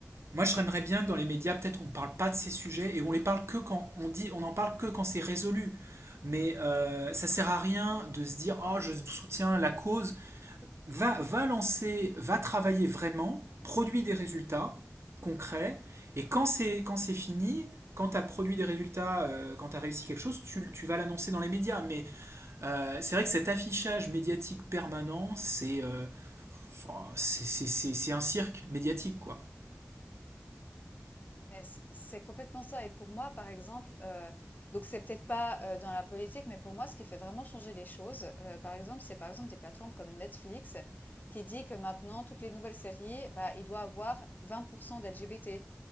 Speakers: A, on the right; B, on the left.
A: moi, je aimerais bien que dans les médias, peut-être qu'on parle pas de ces sujets et on les parle que quand on dit, on en parle que quand c'est résolu. Mais euh, ça sert à rien de se dire, oh, je soutiens la cause Va, va lancer, va travailler vraiment, produis des résultats concrets, et quand c'est, quand c'est fini, quand tu as produit des résultats, euh, quand tu as réussi quelque chose, tu, tu vas l'annoncer dans les médias. Mais euh, c'est vrai que cet affichage médiatique permanent, c'est euh, oh, c'est c'est- c'est- c'est un cirque médiatique, quoi.
B: Mais c- c'est complètement ça. Et pour moi, par exemple, euh, donc c'est peut-être pas euh, dans la politique, mais pour moi, ce qui fait vraiment changer les choses, euh, par exemple, c'est par exemple des plateformes comme Netflix qui dit que maintenant, toutes les nouvelles séries, bah, il doit avoir 20% d'LGBT.